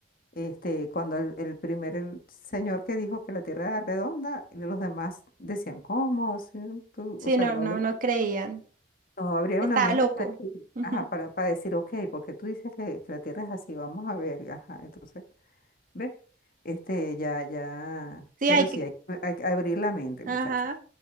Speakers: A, on the left (about 50°); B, on the right (about 45°).
A: este, cuando el, el primer señor que dijo que la Tierra era redonda, y los demás decían, ¿cómo? Sí, tú",
B: Sí,
A: O sea,
B: no,
A: no
B: no,
A: le
B: no creían.
A: no abrieron
B: Estaba
A: la mente
B: loco.
A: para decir,
B: <laughs> Ujú.
A: ajá, para, para decir, ok, porque tú dices que, que la Tierra es así, vamos a ver, ajá, entonces, ¿ves? Este, ya, ya,
B: Sí,
A: pero
B: hay
A: sí,
B: que.
A: hay, que- hay que abrir la mente,
B: Ajá.
A: muchacha,